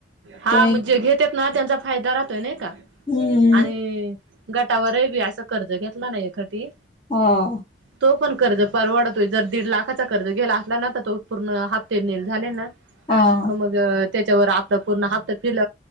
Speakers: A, on the right; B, on the left.
A: हा
B: त्या
A: म्हणजे घेत्यात ना त्यांचा फायदा राहतोय नाही का?
B: हम्म.
A: आणि गटावरही बी असं कर्ज घेतला नाही कधी.
B: हा.
A: तो पण कर्ज परवडतोय जर दीड लाखाचा कर्ज गेला असला ना तर तो पूर्ण हफ्ते नील झाले ना
B: हा
A: का मग त्याच्यावर आ पूर्ण हप्त फिल